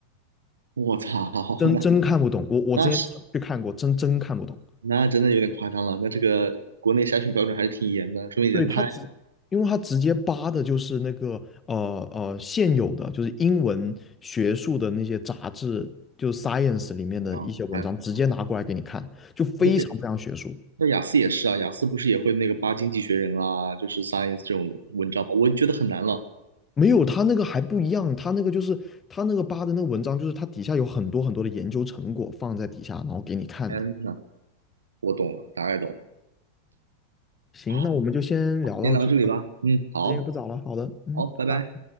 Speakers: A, on the right; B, on the left.
A: 我操，
B: 真真看不懂。
A: 那
B: 我我之前去看过，
A: 那是
B: 真真看不懂。
A: 那真的有点夸张了。那这个国内筛选标准还是挺严的，说明人太
B: 对，他直，因为他直接扒的就是那个呃呃现有的，就是英文学术的那些杂志，就是 Science 里面的一些文章，
A: 张了太夸张了。
B: 直接拿过来给你看，就非常非常学术。
A: 那那雅思也是啊，雅思不是也会那个八经济学人啊，就是 Science 这种文章吗？我觉得很难了。
B: 没有，他那个还不一样，他那个就是他那个扒的那个文章，就是它底下有很多很多的研究成果放在底下，然后给你看的。
A: 天呐，我懂了，大概懂了。
B: 行，
A: 好，
B: 那我们就先聊到这吧，
A: 先聊到这里吧。嗯，好，
B: 时间也不早了，好的，嗯，
A: 好，拜拜。
B: 拜拜。